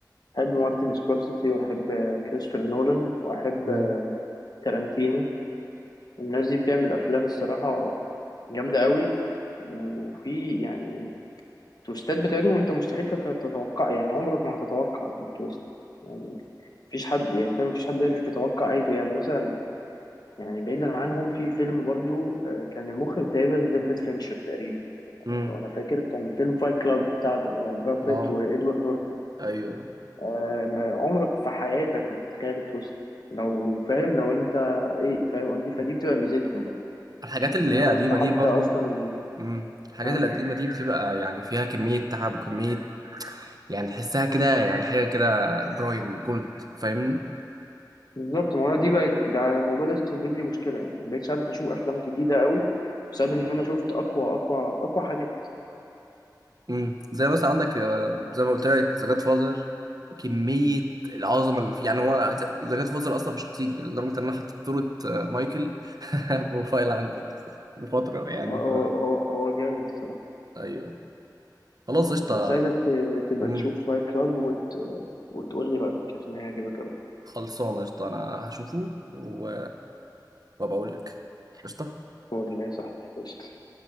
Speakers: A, on the left; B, on the right.
A: أحب مارتن سكورسيزي وأحب كريستوفر نولان وأحب
B: امم
A: آه، تارانتينو الناس دي بتعمل أفلام الصراحة جامدة قوي وفي يعني التويستات بتاعتهم أنت مستحيل تت- تتوقع يعني عمرك ما هتتوقع التويست يعني مفيش حد يعني فاهم مفيش حد عارف يتوقع أي يعني مثلا يعني بعيدا عنهم في فيلم برضو آه، كان المخرج تقريبا ديفيد فينشر تقريبا
B: امم
A: لو انا فاكر كان فيلم فايت كلاب بتاع بر- براد
B: اه
A: بيت وادوارد نورتون
B: ايوه
A: آه، ما- عمرك في حياتك ما تتخيل التويست لو فاهم لو انت ايه فاهم قصدي فدي بتبقى ميزتهم بقى
B: الحاجات
A: ان
B: اللي
A: هو
B: هي قديمه
A: انت حتى
B: دي برضو
A: اصلا
B: ب- امم الحاجات
A: ها
B: القديمه دي بتبقى يعني فيها كميه تعب وكميه يعني تحسها كده يعني حاجه كده برايم جولد فاهمني
A: بالظبط ما هو أنا دي بقت ده الموضوع ده سبب لي مشكله يعني ما بقتش عارف اشوف افلام جديده قوي بسبب ان انا شفت اقوى اقوى اقوى حاجات
B: امم زي مثلا عندك آه، زي ما قلت لك ذا جاد فازر كميه العظمه اللي فيه يعني هو ذا جاد فازر اصلا في شخصيتي يعني لدرجه ان انا حطيت صوره آه، مايكل <laughs> بروفايل عندي لفتره يعني
A: هو هو
B: ف
A: هو هو جامد الصراحة.
B: ايوه خلاص قشطه
A: بس عايزك ت- تبقى
B: امم
A: تشوف فايت كلاب وتقول لي رأيك عشان هيعجبك أوي
B: خلصانه قشطه انا هشوفه و وابقى اقول لك قشطه
A: هو ده اللي يا صاحبي قشطة